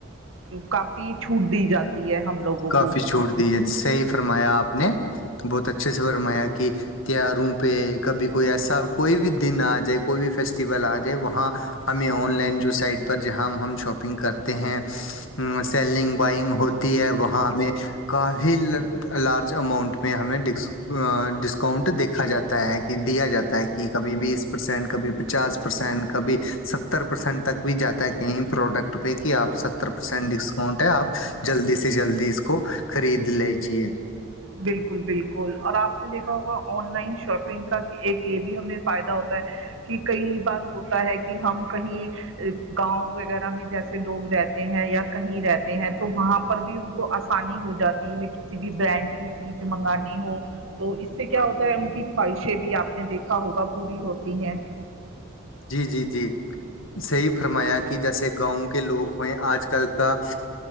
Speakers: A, on the right; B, on the left.
A: تو کافی چھوٹ دی جاتی ہے ہم لوگوں
B: کافی
A: کو
B: چھوڑ دی ہے صحی فرمایا آپ نے بہت اچھے سے فرمایا کہ تیواروں پہ کبھی کوئی ایسا کوئی بھی دن آ جائے کوئی بھی فیسٹیول آ جائے وہاں ہمیں آن لائن جو سائٹ پر جہاں ہم شاپنگ کرتے ہیں سیلنگ بائنگ ہو ہے وہاں ہمیں کافی لارج اماؤنٹ میں ہمیں ڈ ڈسک اؤنٹ دیکا جاتا ہے کہ دیا جاتا ہے کہ کبھی بیس پرسینٹ کبھی پچاس پرسینٹ کبھی س ستر پرسینٹ تک بھی جاتا ہے کہیں پروڈکٹ پہ کہ آپ ستر پرسینٹ ڈسکاؤنٹ ہے آپ جلدی سے جلدی اس کو خرید لیجیے
A: بالکل بالکل اور آپ نے دیکھا ہوگا آن لائن شاپنگ کا ایک یہ بھی ہمیں فائدہ ہوتا ہے کہ کئی بار ہوتا ہے کہ ہم کہیں گاؤں وغیرہ میں جیسے لوگ رہتے ہیں یا کہیں رہتے ہیں تو وہاں پر بھی ان کو آسانی ہو جاتی ہے کسی بھی برانڈ کی چیز منگانی ہو تو اس سے کیا ہوتا ہے ان کی خواہشیں بھی آپ نے دیکھا ہوگا پوری ہوتی ہیں
B: جی جی جی صحی فرمایا کہ جیسے گاؤں کے لوگ ہوئے آج کل کا
A: التا